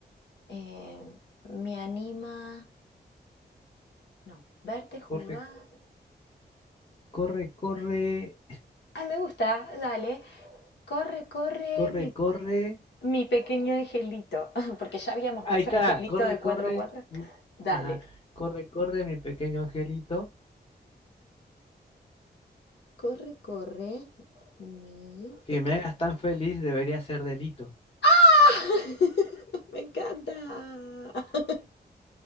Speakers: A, on the left; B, on the left.
A: eh, me anima. No, verte jugar.
B: Corre, corre, corre,
A: Ah, me gusta, dale. Corre, corre,
B: corre,
A: mi
B: corre.
A: Mi pequeño angelito, <laughs> porque ya habíamos
B: Ahí
A: dicho
B: está,
A: angelito
B: corre,
A: de
B: corre.
A: cuatro a cuatro.
B: mi-
A: Dale.
B: Ajá, corre, corre, mi pequeño angelito.
A: Corre, corre, mi
B: Que
A: pequeño.
B: me hagas tan feliz debería ser delito.
A: <laughs> Me encanta. <laughs>